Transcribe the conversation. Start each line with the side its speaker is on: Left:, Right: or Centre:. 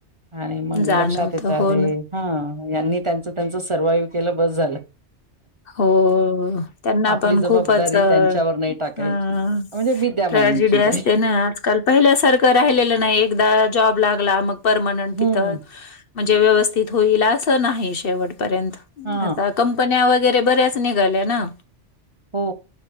Right: आणि मग
Left: जाणवतं
Right: लक्षात येत अरे.
Left: हो ना.
Right: हा, यांनी त्यांचं- त्यांचं सर्वाइव्ह केलं बस झालं.
Left: हो, त्यांना
Right: आपली
Left: पण
Right: जबाबदारी
Left: खूपच अ.
Right: त्यांच्यावर नाही टाकायची म्हणजे मी त्या
Left: ट्रॅजेडी
Right: माइंडची
Left: असते
Right: आहे
Left: ना आजकाल पहिल्यासारख. राहिलेलं नाही एकदा जॉब लागला मग परमनंट
Right: हम्म
Left: तिथं. म्हणजे व्यवस्थित होईल अस नाही शेवटपर्यत,
Right: हा
Left: आता कंपन्या वगैरे बरेच निघाल्याने ना.
Right: हो